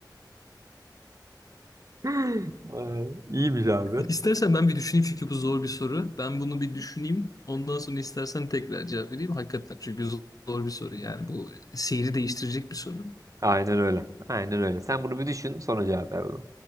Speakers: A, on the right (about 45°); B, on the left (about 50°).
A: <laughs> Ee, İyiymiş abi.
B: İstersen ben bir düşüneyim çünkü bu zor bir soru. Ben bunu bir düşüneyim. Ondan sonra istersen tekrar cevap vereyim. Hakikaten çünkü zor bir soru yani bu seyri değiştirecek bir soru.
A: Aynen öyle. Aynen öyle. Sen bunu bir düşün sonra cevap ver bana.